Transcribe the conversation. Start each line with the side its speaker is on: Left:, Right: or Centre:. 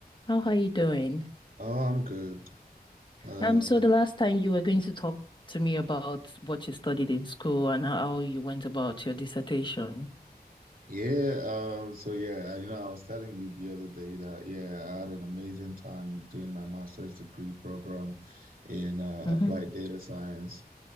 Left: How are you doing?
Right: Oh, I'm good. Uh,
Left: Um, so the last time you were going to talk to me about what you studied in school and how you went about your dissertation.
Right: yeah, um, so yeah, you know, I was telling you the other day that yeah, I had an amazing time doing my master's degree program in uh,
Left: Mm-hmm.
Right: applied data science.